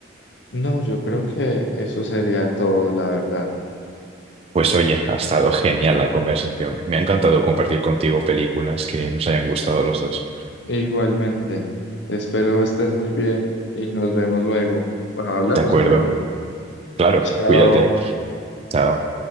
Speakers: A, on the left (about 70°); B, on the right (about 30°).
A: No, yo creo que eso sería todo, la verdad.
B: Pues oye, ha estado genial la conversación. Me ha encantado compartir contigo películas que nos hayan gustado los dos.
A: Igualmente, espero estés muy bien y nos vemos luego. Bueno, hablamos
B: De acuerdo.
A: luego.
B: Claro,
A: Chao.
B: cuídate. Chao.